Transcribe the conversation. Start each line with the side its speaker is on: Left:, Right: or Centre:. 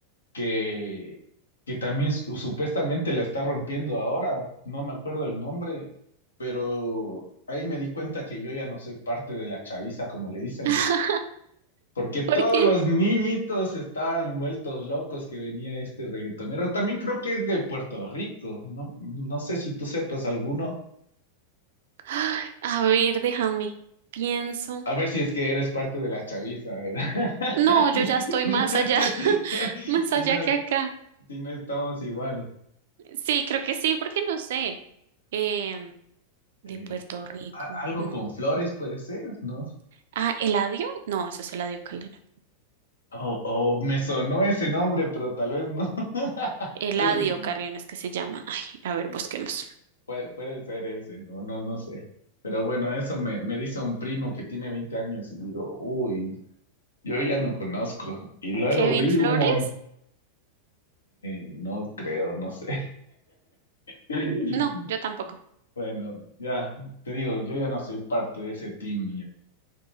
Left: que, que también su- supuestamente la está rompiendo ahora, no me acuerdo el nombre, pero ahí me di cuenta que yo ya no soy parte de la chaviza, como le dicen,
Right: <laughs>
Left: porque todos
Right: ¿Por qué?
Left: los niñitos estaban vueltos locos que venía este reggaetonero. También creo que es de Puerto Rico, no, no sé si tú sepas alguno.
Right: Ay, a ver, déjame. Pienso.
Left: A ver si es que eres parte de la chaviza, ¿verdad?
Right: No,
Left: <laughs>
Right: yo
Left: Si,
Right: ya estoy
Left: <laughs>
Right: más allá, <laughs> más
Left: si
Right: allá
Left: no,
Right: que acá.
Left: si no estamos igual.
Right: Sí, creo que sí, porque no sé. Em, de
Left: Eh,
Right: Puerto Rico.
Left: a- algo
Right: mm.
Left: con flores puede ser, ¿no?
Right: Ah, Eladio. No, eso es Eladio Calderón.
Left: O, o me sonó ese nombre, pero tal vez no.
Right: Eladio
Left: <laughs>
Right: Carrión es que se llama. Ay, a ver, busquemos.
Left: Puede, puede ser ese, o no, no sé. Pero bueno, eso me, me dice un primo que tiene 20 años y digo, uy, yo ya no conozco. Y luego
Right: Kevin
Left: vi
Right: Flores.
Left: un montón, no creo, no sé. <laughs>
Right: No, yo tampoco.
Left: Bueno, ya, te digo, yo ya no soy parte de ese team